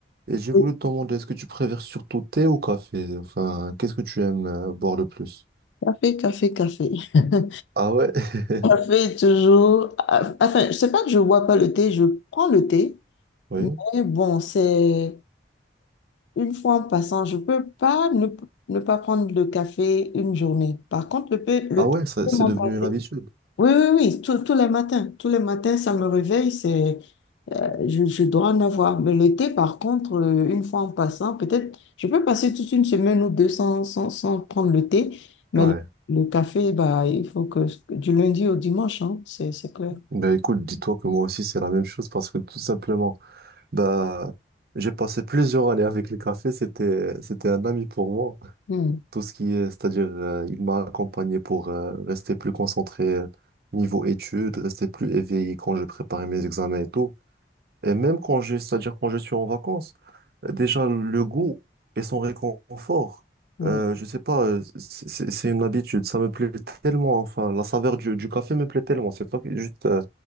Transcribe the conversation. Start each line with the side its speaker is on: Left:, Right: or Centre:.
Right: Et j'ai
Left: Oui,
Right: voulu te demander, est-ce que tu préfères surtout thé ou café? Enfin, qu'est-ce que tu aimes euh, boire le plus?
Left: Café, café, café. <laughs>
Right: Ah ouais? <laughs>
Left: Café toujours. ah, Enfin, c'est pas que je bois pas le thé, je prends le thé,
Right: Oui.
Left: mais bon, c'est une fois en passant, je peux pas ne, ne pas prendre le café une journée. Par contre, le, thé- le
Right: Ah ouais,
Left: thé,
Right: ça-
Left: je
Right: c'est
Left: peux m'en
Right: devenu
Left: passer.
Right: une habitude.
Left: Oui, oui, oui, tous tous les matins, tous les matins, ça me réveille, c'est Je, je dois en avoir. Mais l'été, par contre, euh, une fois en passant, peut-être, je peux passer toute une semaine ou deux sans, sans, sans prendre le thé, mais
Right: Ouais.
Left: le, le café, bah, il faut que du lundi au dimanche, hein, c'est, c'est clair.
Right: Ben écoute, dis-toi que moi aussi c'est la même chose parce que tout simplement, bah, j'ai passé plusieurs années avec le café, c'était, c'était un ami pour moi.
Left: Hmm,
Right: Tout ce qui est, c'est-à-dire, euh, il m'a accompagné pour euh, rester plus concentré euh, niveau études, rester plus éveillé quand je préparais mes examens et tout. Et même quand je, c'est-à-dire quand je suis en vacances, euh, déjà le goût et son réconfort,
Left: ouais.
Right: euh, je sais pas, euh, c'est c'est- c'est une habitude, ça me plaît tellement, enfin, la saveur du, du café me plaît tellement, c'est pas que- juste euh,